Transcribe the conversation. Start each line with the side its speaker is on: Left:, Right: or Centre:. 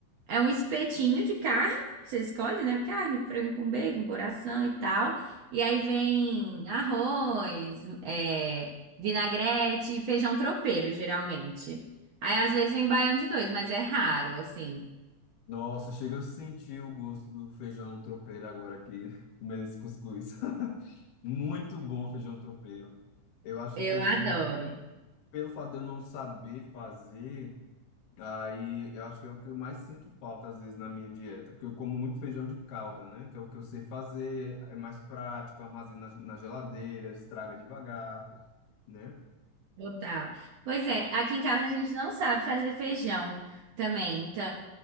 Right: É um espetinho de carne, que você escolhe, né? Carne, frango com bacon, coração e tal. E aí vem arroz, é, vinagrete e feijão tropeiro, geralmente. Aí às vezes vem baião de dois, mas é raro, assim.
Left: Nossa, chega eu sentir o gosto do feijão tropeiro agora aqui, <laughs> comendo esse cuscuz. <laughs> Muito bom o feijão tropeiro. Eu acho
Right: Eu
Left: que assim,
Right: adoro.
Left: pelo fato de eu não saber fazer, aí eu acho que é o que eu mais sinto falta às vezes na minha dieta, porque eu como muito feijão de calda, né? Que é o que eu sei fazer, é é mais prático, armazena na geladeira, estraga devagar, né?
Right: Total. Pois é, aqui em casa a gente não sabe fazer feijão também. Então,